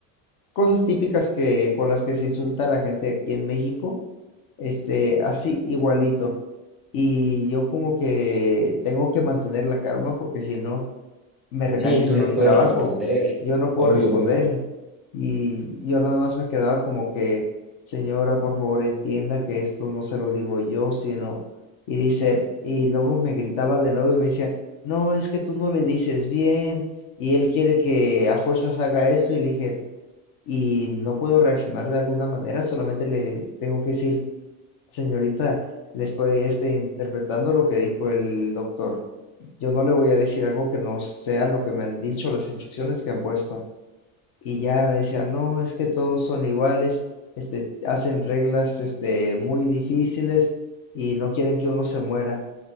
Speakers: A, on the left; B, in the centre.
A: cosas típicas que con las que se insulta a la gente aquí en México, este, así igualito. Y yo como que tengo que mantener la calma porque si no me regañan
B: Sí, tú
A: de
B: no
A: mi
B: puedes
A: trabajo.
B: responder,
A: Yo no puedo
B: obvio,
A: responder
B: obvio.
A: y yo nada más me quedaba como que, señora, por favor, entienda que esto no se lo digo yo, sino... Y dice, y luego me gritaba de nuevo y me decía, no, es que tú no le dices bien y él quiere que a fuerzas haga esto y le dije, y no puedo reaccionar de alguna manera, solamente le tengo que decir, señorita, le estoy este, interpretando lo que dijo el doctor yo no le voy a decir algo que no sea lo que me han dicho, las instrucciones que han puesto. Y ya me decía, no, es que todos son iguales, este, hacen reglas, este, muy difíciles y no quieren que uno se muera.